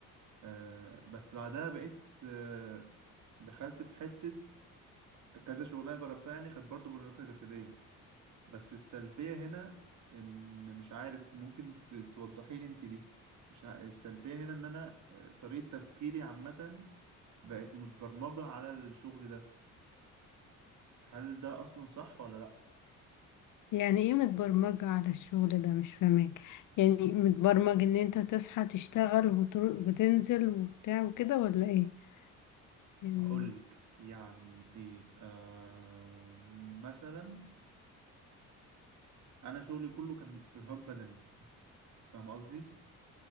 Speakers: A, on the right; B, on the left.
A: آه، بس بعدها بقيت آه، دخلت في حتة كذا شغلانه جربتها يعني كانت برضو مرهقه جسديا بس السلبيه هنا ان مش عارف ممكن ت- توضحي لي انت دي مش ع... السلبيه هنا ان انا آه، طريقه تفكيري عامه بقت متبرمجه على الشغل ده هل ده اصلا صح ولا لا
B: يعني إيه متبرمجة على الشغل ده مش فاهمك يعني متبرمج إن أنت تصحى تشتغل وتر- وتنزل وبتاع وكده ولا إيه يعني
A: هقول لك يعني ايه آه مثلا انا شغلي كله كان ارهاق بدني فاهم قصدي